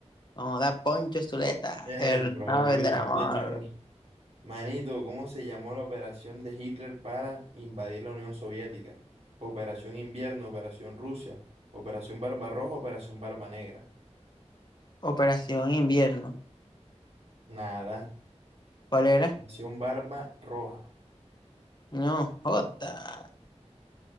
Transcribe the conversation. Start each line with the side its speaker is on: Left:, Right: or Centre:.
Left: No, da Poncho Zuleta,
Right: <laughs> El
Left: el
Right: propio
Left: Nobel del Amor.
Right: señor. Manito, ¿cómo se llamó la operación de Hitler para invadir la Unión Soviética? Operación Invierno, Operación Rusia, Operación Barbarroja, Operación Barba Negra.
Left: Operación Invierno.
Right: Nada.
Left: ¿Cuál
Right: Operación
Left: era?
Right: Barba Roja.
Left: No, Jota.